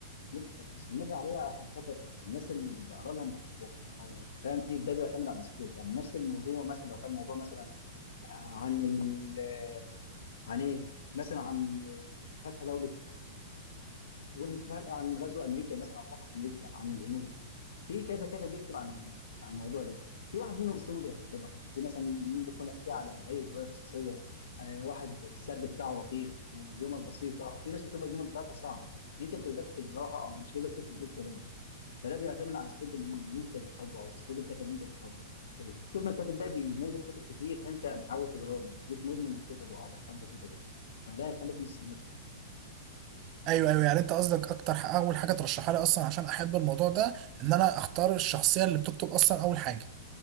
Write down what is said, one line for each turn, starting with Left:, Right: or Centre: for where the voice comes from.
Left: بص، مستمر عليها عشان خاطر الناس اللي بقرا لهم بحبهم او فاهم ايه ده بيعتمد على الاسلوب يعني نفس الموضوع مثلا لو كان موضوع مثلا آه، عن ال آه، عن ايه مثلا عن آه، فتح دولة قول مش عن غزو امريكا مثلا او فتح امريكا عن الهنود في كذا كاتب بيكتب عن ال- عن الموضوع ده في واحد منهم اسلوبه بيحببك يعني في مثلا ممكن احكي على هيئه روايه قصصيه آه، واحد السرد بتاعه لطيف آه، جمل بسيطه وفي ناس بتبقى الجمل بتاعتها صعبه انت ما بتقدرش تقراها او مش قادر تفهم ايه الكلام فده بيعتمد على الاسلوب اللي انت بتحبه او اسلوب الكاتب اللي انت بتحبه طول ما الكاتب ده بينزل كتب كتير فانت متعود تقرا له بقيت مدمن لكتبه او بتحب كتبه فده هيخليك مستمر
Right: ايوه ايوه يعني انت قصدك اكتر ح- اول حاجه ترشحها لي اصلا عشان احب الموضوع ده ان انا اختار الشخصيه اللي بتكتب اصلا اول حاجه